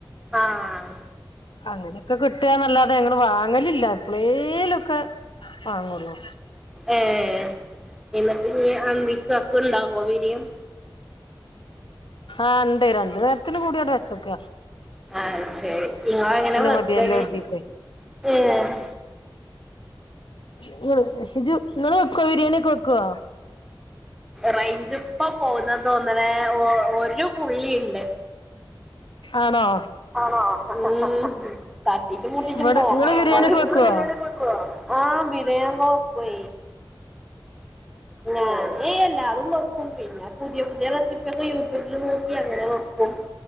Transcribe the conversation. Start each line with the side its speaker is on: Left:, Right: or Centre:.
Centre: ആഹ്
Left: അങ്ങനെയൊക്കെ കിട്ടുകന്നല്ലാതെ ങ്ങൾ വാങ്ങലില്ല എപ്പളേലൊക്കെ ആങ്ങോള്ളോ
Centre: ഏഹ് എന്നിട്ട് അന്തിക്കക്കെണ്ടാകുവ ബിരിയാം
Left: ആണ്ടെ രണ്ട് നേരത്തിന് കൂടിയോടെ വെച്ചക്ക
Centre: അഹ് ശരി നിങ്ങ എങ്ങനെ വെക്കല്
Left: മതിയല്ലോ കരുതീട്ടെ
Centre: ഏഹ്
Left: ഇങ്ങള് ഇജ്ജ് ഇങ്ങള് വെക്കുവോ ബിരിയാണിഒക്കെ വയ്ക്കോ
Centre: റൈഞ്ച് ഇപ്പൊ പോകുന്നതോന്നനെ ഒരു പുള്ളിണ്ട്
Left: ആണോ
Centre: ആണോ ഉം തട്ടിച്ചും മുട്ടിച്ചും
Left: ഇവിടെ
Centre: പോങ്ങരു
Left: നിങ്ങള് ബിരിയാണിയൊക്കെ
Centre: <unintelligible>
Left: വെക്കുവോ
Centre: ആഹ് ബിനെ കോക്വെ ഞാന് എല്ലാതും വെക്കും പിന്നെ പുതിയ പുതിയ റെ ഒക്കെ യൂട്യൂബിൽ നോക്കി അങ്ങനെ വെക്കും